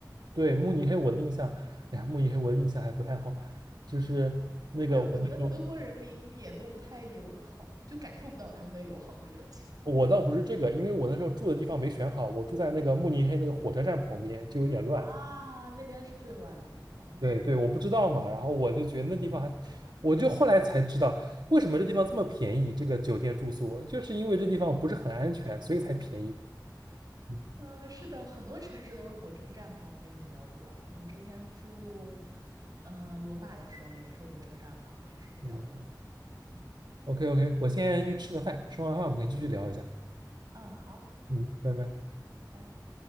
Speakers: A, on the right (about 70°); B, on the right (about 55°).
A: 对，慕尼黑，我的印象，哎呀，慕尼黑我的印象还不太好，就是那个我那时候，
B: 对我觉得德国人民也都不太友好，就感受不到他们的友好和热情
A: 我倒不是这个，因为我那时候住的地方没选好，我住在那个慕尼黑那个火车站旁边，就有点乱。
B: 啊。那边是最乱的地方，
A: 对对，
B: 是的
A: 我不知道嘛，然后我就觉得那地方还，我就后来才知道为什么这地方这么便宜，这个酒店住宿，就是因为这地方不是很安全，所以才便宜。嗯
B: 嗯，是的，很多城市都是火车站旁边比较乱。我之前住，呃，罗马的时候也是火车站旁边是比较乱。
A: 嗯
B: 嗯
A: ，OK OK，我现在去吃个饭，吃完饭我们可以继续聊一下。
B: 嗯，好，
A: 嗯，拜拜。
B: 拜。